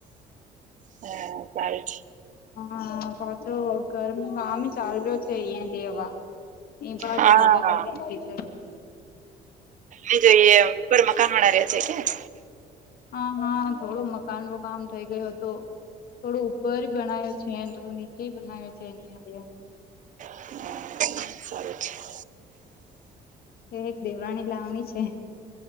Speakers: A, on the right (about 50°); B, on the left (about 65°).
A: હા ચાય છે
B: હા પાછો વ ઘર કામ ચાલ્યો છે અહિયાં લેવા એ બહાર
A: હા
B: તો જદ ગ
A: હા
B: છે
A: મેં જોઈએ ઉપર મકાન વાળા રહ્યા છે ક્યાં
B: હા હા થોડું મકાન નું કામ થઈ ગયું હતું થોડો ઉપર બનાવ્યો છે થોડું નીચે બનાવ્યું છે એની અંદે
A: હ સ છે
B: એ એક દેવરાણી લાવણી છે